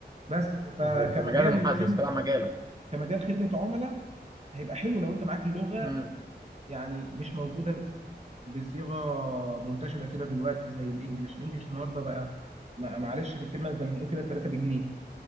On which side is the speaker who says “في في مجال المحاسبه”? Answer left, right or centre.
Right